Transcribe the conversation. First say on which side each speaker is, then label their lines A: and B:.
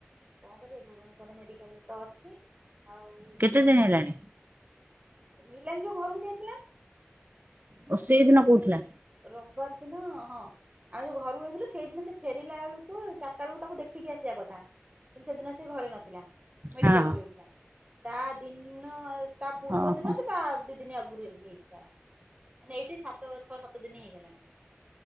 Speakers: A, on the right (about 30°); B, on the right (about 50°).
A: କଣ କରିବେ ଭୁବନେଶ୍ଵର ମେଡିକାଲ୍ ରେ ତ ଅଛି, ଆଉ
B: କେତେ
A: ରିଙ୍କିରାନୀ
B: ଦିନ ହେଲାଣି
A: ମିଲନ ଯୋଉ ଘରକୁ ଯାଇଥିଲା, ଆ,
B: ଓ ସେଇଦିନ
A: ଘରକୁ ଯାଇଥିଲା
B: କହୁଥିଲା
A: ସେ ରବବାର ଦିନ ହଁ ଆମେ ଯୋଉ ଘରକୁ ଯାଇଥିଲୁ ସେଇଦିନ ସେ ଫେରିଲା ବେଳୁ କୁ ଚାଟା ବେଳକୁ ତାକୁ ଦେଖିକି ଆସିବା କଥା। କିନ୍ତୁ ସେଦିନ ସେ ଘରେ ନଥିଲା ମେଡିକାଲ୍
B: ହଁ
A: ପଳେଇଥିଲା। ତା ଦିନ ତା ପୂର୍ବ
B: ଓହୋ
A: ଦିନ କି ତା ଦି ଦିନ ଆଗରୁ ଏମିତି ହେଇଚି ତାର ମାନେ ଏଇଠି ସାତ ଛଅ ସାତ ଦିନ ହେଇଗଲାଣି।